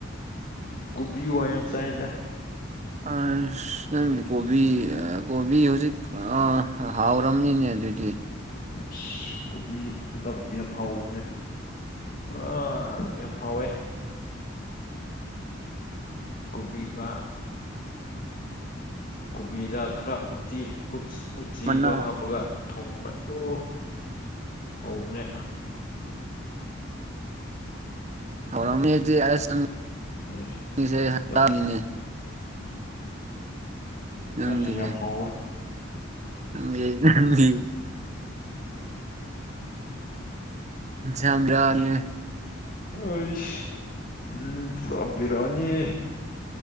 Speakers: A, on the left (about 45°); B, on the right (about 35°).
A: ꯀꯣꯕꯤ ꯑꯣꯏꯅ ꯆꯥꯏꯗꯥ
B: ꯑ ꯑꯁ ꯅꯪꯗꯤ ꯀꯣꯕꯤ ꯀꯣꯕꯤ ꯍꯧꯖꯤꯛ ꯍꯥꯎꯔꯝꯅꯤꯅꯦ ꯑꯗꯨꯗꯤ
A: ꯑꯁ ꯀꯨꯕꯤ ꯍꯟꯗꯛ ꯌꯥꯝ ꯍꯥꯎꯕꯅꯦ ꯑꯥ ꯌꯥꯝꯍꯧꯌꯦ ꯀꯣꯕꯤꯒ ꯀꯕꯤꯗꯥ ꯈꯔ ꯎꯤ ꯎ ꯎꯆ ꯎꯆꯤꯗꯣ
B: ꯃꯅꯥ
A: ꯍꯥꯞꯄꯒ ꯊꯣꯡꯕ ꯑꯣ ꯍꯧꯕꯅꯦ
B: ꯍꯧꯔꯝꯅꯤ ꯑꯗꯤ ꯑꯁ
A: ꯑꯁ
B: ꯎꯝ
A: ꯌꯥꯝ
B: ꯅꯡꯒꯤꯔꯦ
A: ꯑꯁ ꯌꯥꯝ ꯍꯥꯎꯋꯦ
B: ꯅꯪꯒꯤ ꯅꯪꯒꯤ ꯭ꯔꯥ <unintelligible> ꯑꯅꯤ
A: ꯑꯩ ꯎꯝ ꯄꯨꯔꯥ ꯕꯤꯔꯌꯥꯅꯤ